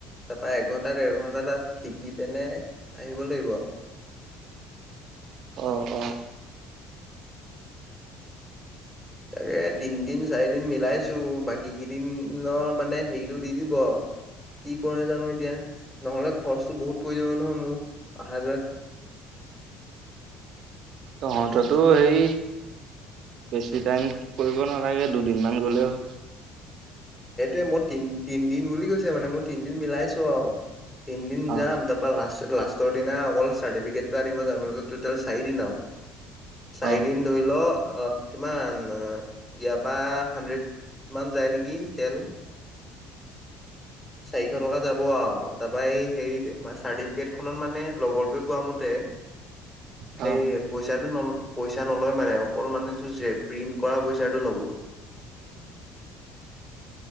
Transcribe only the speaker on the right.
আহ, আহ।
অন্তটো হেৰী বেছি টাইম কৰিব নালাগে দুদিনমান গ'লে হ'ল।
অ
অ
অ
<inaudible>